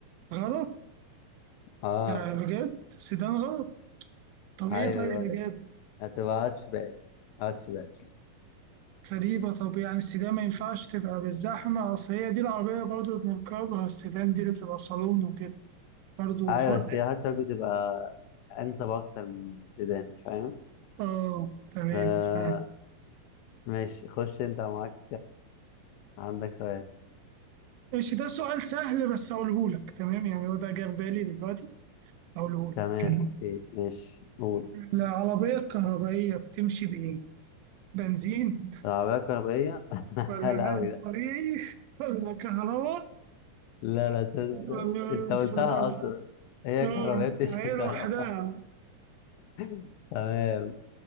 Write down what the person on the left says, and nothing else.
<laughs> اه
ايوه
غلط
هتبقى هاتشباك هاتشباك
ايوه
بس هي هاتشباك بتبقى انسب اكتر من سيدان فاهم
آه
ماشي خش انت معاك عندك سؤال
تمام اوكي ماشي قول
العربية الكهربائية <laughs> انا
سهلة أوي
ده
لا لا سهل
سهل انت قلتها
اصلا هي
كهربائية بتشرب
كهرباء
<laughs> تمام